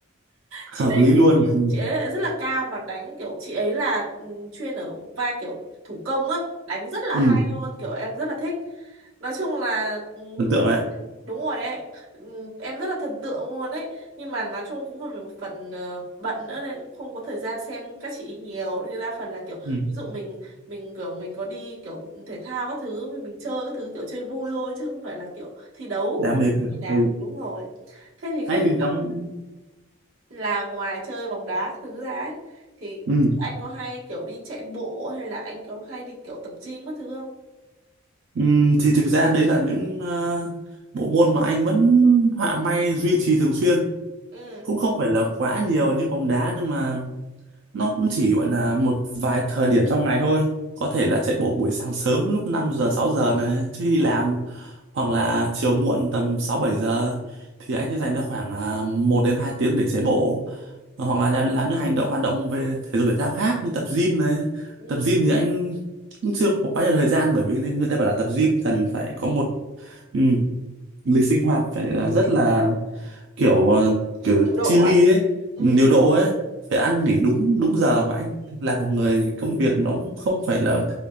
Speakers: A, on the right; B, on the right.
A: hợp
B: chị đấy
A: lý luôn
B: chị
A: ừ
B: chị ấy lại rất là cao mà đánh kiểu chị ấy là ừm, chuyên ở vai kiểu thủ công á đánh rất là
A: ừ
B: hay luôn kiểu em rất là thích nói chung là ừ,
A: ấn tượng đấy
B: Đúng rồi ấy. Ừm, Em rất là thần tượng luôn ấy. Nhưng mà nói chung cũng vì một phần ờ, bận nữa nên không có thời gian xem các chị ý nhiều. Nên đa phần là kiểu
A: ừ
B: ví dụ mình mình kiểu mình có đi kiểu thể thao các thứ, mình chơi các thứ kiểu chơi vui thôi chứ không phải là kiểu thi đấu
A: đam mê cơ.
B: như nào.
A: ừ
B: Đúng rồi. Thế thì không
A: anh thì đóng
B: là ngoài chơi bóng đá các thứ ra ấy thì
A: ừ
B: ví dụ anh có hay kiểu đi chạy bộ hay là anh có hay đi kiểu tập gym các thứ không?
A: Ừ, thì thực ra đấy là những ờ, bộ môn mà anh vẫn họa may duy trì thường xuyên
B: Ừ.
A: cũng không phải là quá nhiều như bóng đá nhưng mà nó cũng chỉ gọi là một vài thời điểm trong ngày thôi có thể là chạy bộ buổi sáng sớm lúc 5 giờ 6 giờ này trước khi đi làm hoặc là chiều muộn tầm 6 7 giờ thì anh sẽ dành ra khoảng à, 1 đến 2 tiếng để chạy bộ
B: Ừ.
A: hoặc là làm, làm những hành động hoạt động về thể dục thể thao khác như tập gym này
B: Ừ.
A: tập gym thì anh cũng chưa có quá nhiều thời gian bởi vì người ta bảo là tập gym cần phải có một ừ, lịch sinh hoạt phải là rất là kiểu ờ, kiểu
B: Điều độ
A: chi ly
B: ạ.
A: ấy
B: Ừ.
A: điều độ ấy phải ăn nghỉ đúng đúng giờ mà anh là một người công việc nó cũng không phải là